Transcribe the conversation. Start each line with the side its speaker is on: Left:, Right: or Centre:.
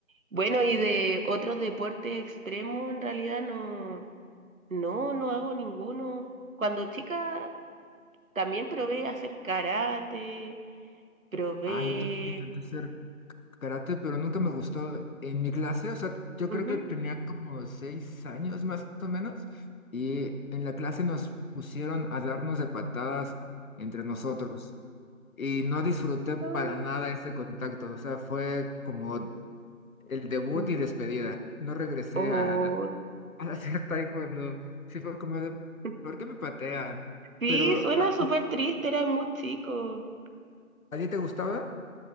Right: Bueno, y de otros deportes extremos, en realidad no, no, no hago ninguno. Cuando chica también probé hacer karate, probé...
Left: Ah, yo también intenté hacer karate, pero nunca me gustó en mi clase. O sea, yo
Right: ujú,
Left: creo que tenía como seis años más o menos. Y en la clase nos pusieron a darnos de patadas entre nosotros. y no disfruté para
Right: Ah.
Left: nada ese contacto, o sea, fue como el debut
Right: ujú.
Left: y despedida. No regresé
Right: O...
Left: a, <laughs> a hacer taekwondo, sí fue como de,
Right: <laughs>
Left: ¿por qué me patean?
Right: Sí,
Left: Pero,
Right: suena
Left: ¿a,
Right: súper triste, era muy chico.
Left: a ti te gustaba?